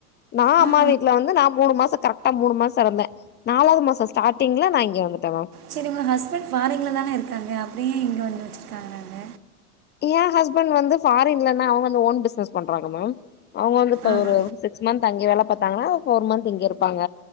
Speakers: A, on the left (about 20°); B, on the right (about 75°).
A: நா
B: ஆ
A: அம்மா வீட்ல வந்து நா மூணு மாசோ கரெக்டா மூணு மாசோ இருந்தே நாலாவது மாச ஸ்டார்டிங்ல நா இங்க வந்துட்ட மேம்
B: செரி உங்க ஹஸ்பண்ட் ஃபாரிங்ளதானே இருக்காங்க அப்றோ ஏ இங்க வந்து வச்சுருக்காங்க அங்க
A: எ ஹஸ்பண்ட் வந்து ஃபாரின்லன்னா அவங்க வந்து ஓன் பிசினஸ் பண்றாங்க மேம் அவங்க வந்து இப்ப
B: ஆஹா
A: ஒரு சிக்ஸ் மந்த் அங்கே வேல பாத்தாங்கன்னா ஃபோர் மந்த் இங்க இருப்பாங்க